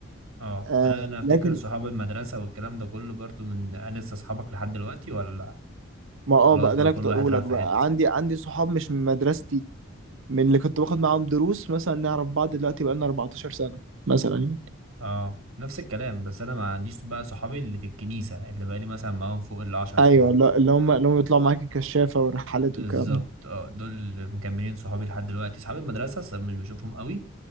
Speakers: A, on the right; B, on the right.
A: اه
B: آه
A: انا انا افتكر
B: لكن
A: صحاب المدرسة والكلام ده كله برضو من انا لسه صحابك لحد دلوقتي ولا
B: ما اه
A: خلاص
B: بقى ده
A: بقى
B: اللي
A: كل
B: كنت
A: واحد
B: اقوله
A: راح
B: لك
A: في
B: بقى
A: حتة
B: عندي عندي صحاب مش من مدرستي من اللي كنت باخد معاهم دروس مثلا نعرف بعض دلوقتي بقالنا 14 سنة مثلا يعني
A: اه نفس الكلام بس انا ما عنديش بقى صحابي اللي في الكنيسة اللي بقى لي مثلا معاهم فوق العشر
B: ايوه
A: سنين
B: اللي اللي هم اللي هم يطلعوا معاك الكشافة والرحلات
A: بالظبط
B: والكلام ده
A: اه دول اللي مكملين صحابي لحد دلوقتي صحاب المدرسة س- مش بشوفهم قوي